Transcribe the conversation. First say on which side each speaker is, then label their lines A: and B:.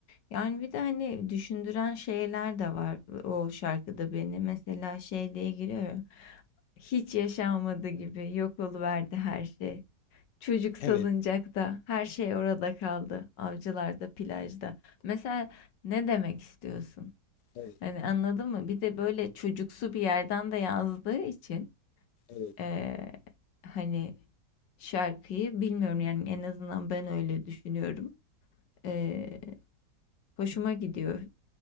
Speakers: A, on the left; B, on the left.
A: Yani bir de hani düşündüren şeyler de var o şarkıda beni. Mesela şey diye giriyor ya. Hiç yaşanmadı gibi yok oluverdi her şey. Çocuk salıncakta
B: Evet,
A: her şey orada kaldı. Avcılarda, plajda. Mesela ne demek istiyorsun?
B: evet,
A: Hani anladın mı? Bir de böyle çocuksu bir yerden de yazdığı için
B: evet.
A: eee, hani, şarkıyı bilmiyorum, yani, en azından ben öyle düşünüyorum. Eee, hoşuma gidiyor.